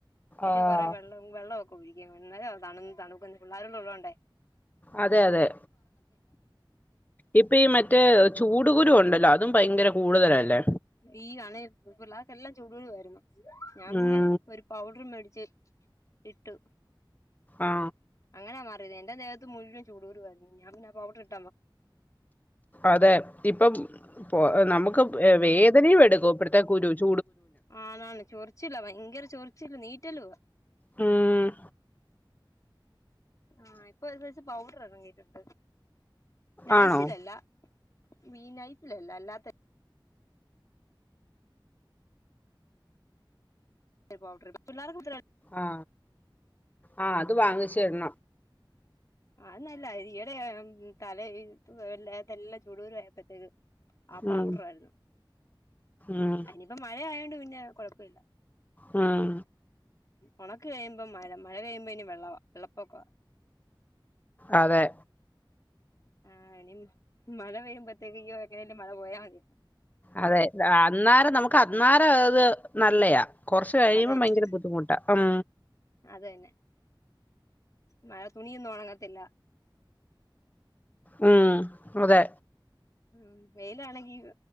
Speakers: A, on the left; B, on the left.
A: എന്നിട്ട്
B: ആഹ്
A: കുറെ വെള്ളം വെള്ളവൊക്കെ ഒഴി ഇന്നലെയോ തണുന്ന് തണുക്കുന്നു പിള്ളാരിന്നുഉള്ളോണ്ടേ
B: അതെ അതെ ഇപ്പ ഈ മറ്റ് മറ്റേ ചൂടു കുരു ഉണ്ടല്ലോ അതും ഭയങ്കര കൂടുതലല്ലേ
A: ഈ അണെ പിള്ളാർക്കെല്ലാം ചൂടു കുരുവായിരുന്നു ഞാൻ
B: ഉം
A: പിന്നെ ഒരു പൗഡർ മേടിച്ച് ഇട്ടു
B: ആ
A: അങ്ങനാ മാറിയത് എൻ്റെ ദേഹത്ത് മുഴുവൻ ചൂടുകുരു ആയിരുന്നു ഞാൻ പിന്നെ പൗഡർ ഇട്ട്
B: അതെ ഇപ്പം ഇപ്പം നമുക്ക് വേദനയും എടുക്കും പ്പഴത്തേക്ക് ഊരി വെച്ചു
A: ആണാണ് ചൊറിച്ചില ഭയങ്കര ചൊറി ച്ച് ല്നീറ്റലുവ
B: ഉം
A: ആ ഇപ്പൊ ഒരു സൈസ് പൗഡർ ഇറങ്ങിട്ടുണ്ട് നൈസിലല്ല
B: ആണോ
A: മീൻനൈസിലല്ല അല്ലാത്തേ <unintelligible> പിള്ളേർക്കുത്തര
B: ആ ആ അത് ഇത് വാങ്ങിച്ചിടണം
A: അ നല്ല ഈയടെ തല എല്ലതല്ല ചൂടുരു ആയപ്പോത്തേക്ക് ആ പൗഡർ
B: ഉം
A: ആയിരുന്നു
B: ഉം
A: അനിയിപ്പോ മഴ ആയോണ്ട് പിന്നെ പിന്നത്കുഴപ്പമില്ല
B: ഉം
A: ഉണക്ക് കഴിയുമ്പോ മഴ മഴ കഴിയുമ്പോ ഇനി വെള്ളവാ വെളളപൊക്കവ
B: അതെ
A: ആഹ് ഇനി മഴപെയ്യുംബത്തേക്ക് ഇനി എങ്ങനേലും മഴ പോയമതീന്ന്
B: അതെ അന്നേരം നമുക്ക് കന്നാര അത് നല്ലയാ കുറച്ചു കഴിയുമ്പോ
A: അത് തന്നെ
B: ഭയങ്കര ബുദ്ധിമുട്ടാ ഉം
A: അത് തന്നെ മഴ തുണിയൊന്നും ഉണങ്ങത്തില്ല
B: ഉം അതെ
A: ഉം വെയിലാണെങ്കി